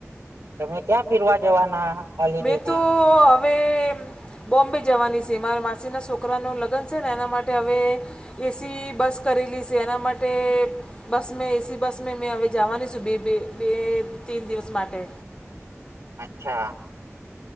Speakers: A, on the right (about 80°); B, on the left (about 20°).
A: તમે ક્યાં ફીરવા જવાના? હોલિડેમાં
B: મેં તો હવે બોમ્બે જવાની છે, મારા માસીના છોકરાનું લગન સે ને એના માટે હવે એસી બસ કરેલી છે એના માટે બસ મેં એસી બસ મે મેં હવે જવાની બે બે બે તીન દિવસ માટે
A: અચ્છા